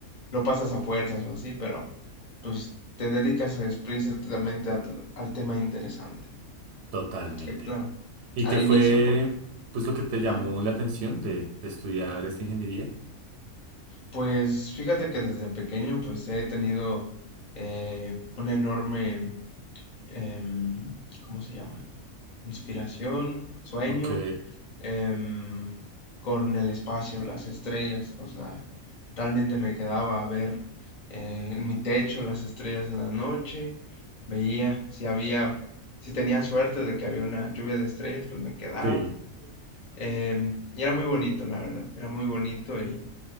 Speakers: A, on the left; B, on the right.
A: lo pasas a fuerzas o así, pero pues te dedicas explícitamente al, al tema interesante.
B: Totalmente.
A: Que claro,
B: ¿Y
A: al
B: qué fue,
A: inicio, pues,
B: pues, lo que te llamó
A: ajá.
B: la atención de, de estudiar esta ingeniería?
A: Pues fíjate que desde pequeño pues he tenido eh, una enorme, em, ¿cómo se llama? Inspiración, sueño
B: Ok,
A: em, con el espacio, las estrellas. O sea, realmente me quedaba a ver eh, en mi techo las estrellas en la noche. Veía si había, si tenía suerte de que había una lluvia de estrellas, pues me quedaba.
B: sí.
A: Em, y era muy bonito, la verdad. Era muy bonito y